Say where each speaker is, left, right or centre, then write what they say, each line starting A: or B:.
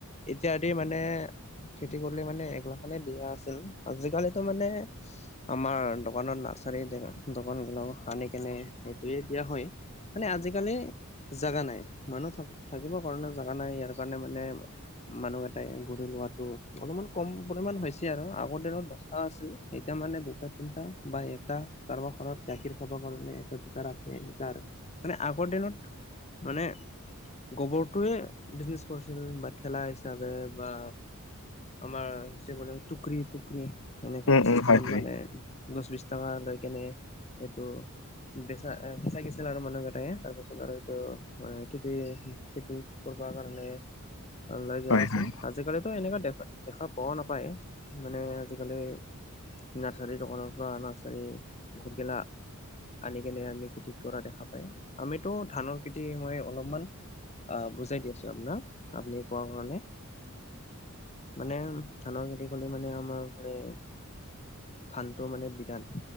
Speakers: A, on the left; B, on the left.
A: এতিয়া', এতিয়া মানে খেতি কৰিলে মানে এক লাখলৈ দিয়া আছিল', আজিকালিতো মানে', আমাৰ দোকানত নাৰ্চাৰী দোকানবিলাক আনি কেনে সেইটোৱে দিয়া হয়', মানে আজিকালি জাগা নাই, মানুহ থা', -থাকিবৰ কাৰণে জোগা নাই ইয়াৰ কাৰণে মানে', মানুহত', এই, গৰু লোৱাটো, অলপমান কম পৰিমাণ হৈছে আৰু আগৰ দিনত দহটা আছিল, এতিয়া মানে দুটা তিনিটা', বা এটা কাৰোবাৰ ঘৰত গাখীৰ খাবৰ কাৰণে এটা দুটা ৰাখে এনকা আৰু', মানে আগৰ দিনত মানে', গোবৰটোয়ে বিজনেচ কৰিছিলোঁ বা ঠেলা হিচাপে', বা আমাৰ যে বুলি টুকৰি টুকৰি', এনেকা
B: উম উম
A: চিষ্টেমত
B: হয় হয়
A: মানে দহ বিশ টকা লৈ কেনে এইটো', বেচা অ', বেচাগিছিল আৰু মানুহ কেটায়ে, তাৰ পিছত আৰু এইটো খেতি, - খেতি', কৰিবাৰ কাৰণে',
B: <inaudible>
A: লৈ যোৱা
B: হয়
A: আছিল,
B: হয়
A: আজিকালিতো এনেকে দেখ, - দেখা পোৱাও নাপায় মানে আজিকালি', নাৰ্চাৰীৰ দোকানৰ পৰা অ, নাৰ্চাৰী ঔষধ গেলা আনি কেনে আমি খেতি কৰা দেখা পায়। আমিতো ধানৰ খেতি মই অলপমান অ, বুজাই দি আছো আপোনাক, আপুনি কোৱা কাৰণে। মানে ধানৰ খেতি কৰিলে মানে আমাৰ ফালে ধানটো মানে বিধান